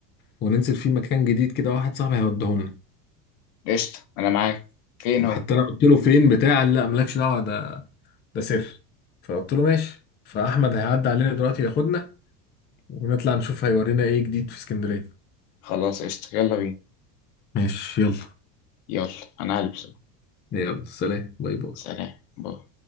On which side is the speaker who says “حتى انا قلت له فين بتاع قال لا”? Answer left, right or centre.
Left